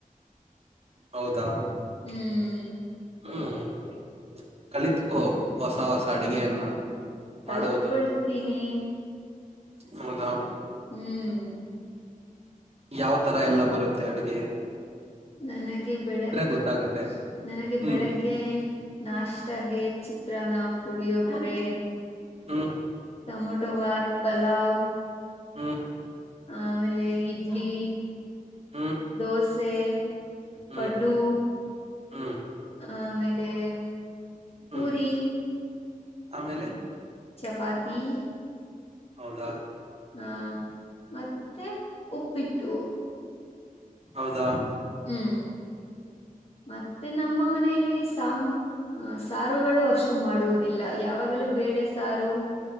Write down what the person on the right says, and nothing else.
ಹೌದಾ!
ಹ್ಮ್ ಕಲಿತಕೋ ಹೊಸ ಹೊಸ ಅಡಗೆಯನ್ನ.
ಮಾಡುವುದು ಹೌದಾ.
ಯಾವ್ ತರ ಎಲ್ಲಾ ಬರುತ್ತೆ ಅಡುಗೆ.
ಗೊತ್ತಾಗುತ್ತೆ
ಹ್ಮ್
ಹ್ಮ...
ಹ್ಮ...
ಹ್ಮ್
ಹ್ಮ್
ಹ್ಮ್
ಹ್ಮ್ ಆಮೇಲೆ...
ಹೌದಾ.
ಹೌದಾ.